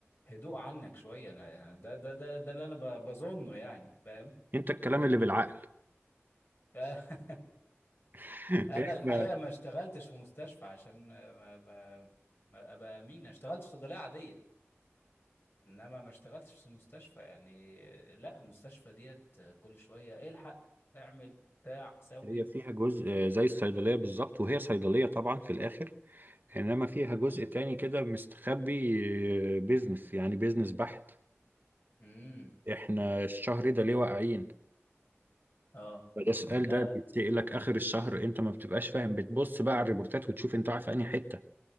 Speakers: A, on the left; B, on the right.
A: هدوء عنك شوية أنا يعني ده ده ده ده اللي أنا ب- بظنه يعني فاهم
B: انت الكلام اللي بالعقل
A: <laughs>
B: <laughs>
A: أنا
B: احنا
A: الحقيقة ما اشتغلتش في مستشفى عشان ما ما- ما أبقى أمين أنا اشتغلت في صيدلية عادية إنما ما اشتغلتش في مستشفى يعني لا المستشفى ديت كل شوية الحق اعمل بتاع سوي
B: هي فيها جزء آه، زي الصيدليه بالظبط وهي صيدليه طبعا في الاخر انما فيها جزء تاني كده مستخبي بيزنس يعني بيزنس بحت
A: امم
B: احنا الشهر ده ليه واقعين
A: اه
B: فده السؤال
A: لا
B: ده
A: لا
B: بيتسألك اخر الشهر انت ما بتبقاش فاهم بتبص بقى على الريبورتات وتشوف انت واقع في انهي حته